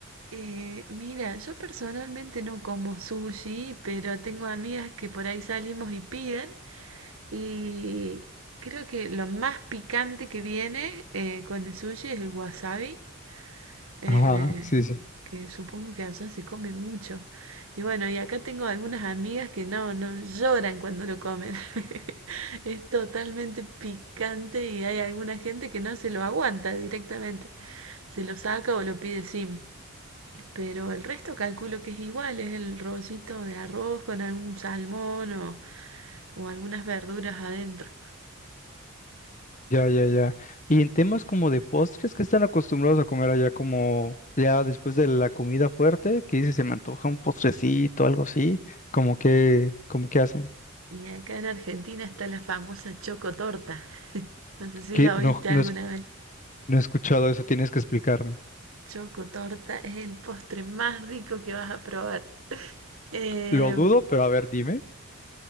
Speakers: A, on the right; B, on the left.
A: Eh, mira, yo personalmente no como sushi, pero tengo amigas que por ahí salimos y piden. Y creo que lo más picante que viene eh, con el sushi es el wasabi, eh,
B: Ajá, sí, sí.
A: que supongo que allá se come mucho. Y bueno, y acá tengo algunas amigas que no, no lloran cuando lo comen. <laughs> Es totalmente picante y hay alguna gente que no se lo aguanta directamente. Se lo saca o lo pide sin. Pero el resto calculo que es igual, es el rollito de arroz con algún salmón o, o algunas verduras adentro.
B: Ya, ya, ya. Y en temas como de postres, ¿qué están acostumbrados a comer allá como ya después de la comida fuerte? Que dice? se me antoja un postrecito, algo así. ¿Cómo que, ¿Cómo que hacen?
A: Y acá en Argentina está la famosa chocotorta. No sé si
B: Que
A: la
B: no,
A: oíste
B: no,
A: alguna
B: es-
A: vez.
B: no he escuchado eso, tienes que explicarme.
A: Chocotorta es el postre más rico que vas a probar. Em,
B: Lo dudo, pero a ver, dime.